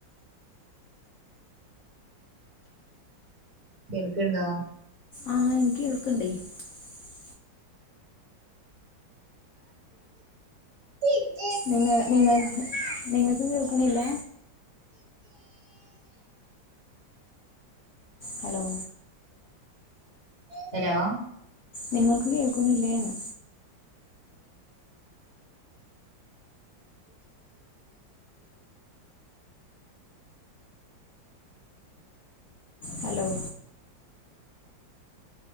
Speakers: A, on the right; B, on the left.
A: കേൾക്കണ്ടോ?
B: ആഹ് എനിക്ക് കേൾക്കണ്ടേ. <unintelligible>
A: <unintelligible>
B: നിങ്ങ നിങ്ങ നിങ്ങക്ക് കേൾക്കണില്ല. Hello
A: hello?
B: നിങ്ങൾക്ക് കേൾക്കുന്നില്ലന്ന് ഹലോ